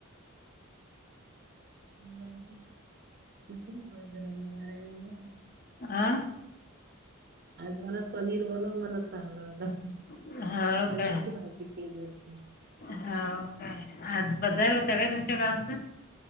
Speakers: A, on the right (about 45°); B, on the left (about 45°).
A: <unintelligible> चांगलं पनीर बनव
B: हा
A: आ मण पनीर बनव मण चांगलं हो
B: हो
A: पनीरची
B: काय
A: भाजी केली होती.
B: हो काय आज बजार होत का तुमच्या गावचं.